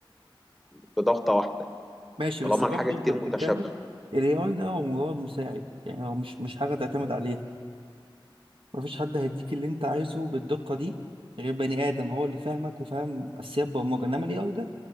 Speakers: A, in the centre; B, on the right.
A: بضغطة واحدة
B: ماشي
A: طالما
B: بس برضه
A: الحاجة كتير
B: انت بتتكلم
A: متشابهة
B: الاي اي ده هو مجرد مساعد يعني هو مش مش حاجه تعتمد عليها مفيش حد هيديك اللي انت عايزه بالدقة دي غير بني آدم هو اللي فاهمك وفاهم أساسيات برمجة انما الاي اي ده